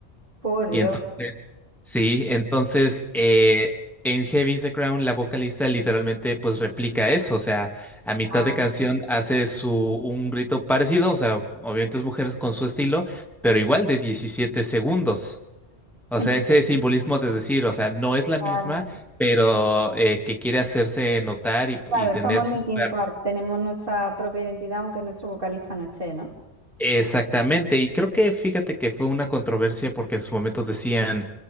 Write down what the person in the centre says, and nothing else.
Y entonces Sí, entonces eh, en Heavy is the Crown la vocalista literalmente pues replica eso, o sea, a mitad
de canción hace su un grito parecido, o sea, obviamente es mujeres con su estilo, pero igual de 17 segundos. O
sea, ese simbolismo de decir, o sea, no es la
misma, pero eh, que quiere hacerse notar y,
y tener
un lugar.
Exactamente, y creo que fíjate que fue una controversia porque en su momento decían...